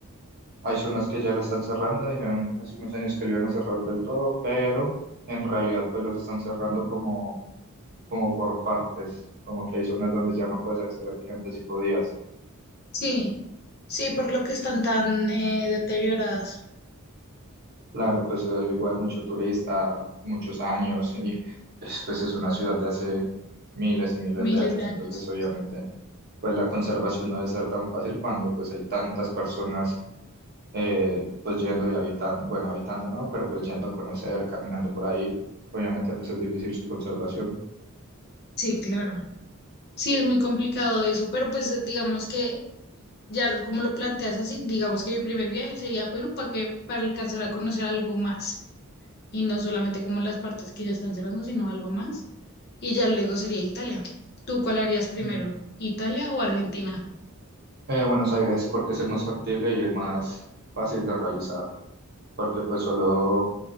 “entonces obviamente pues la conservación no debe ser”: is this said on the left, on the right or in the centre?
Right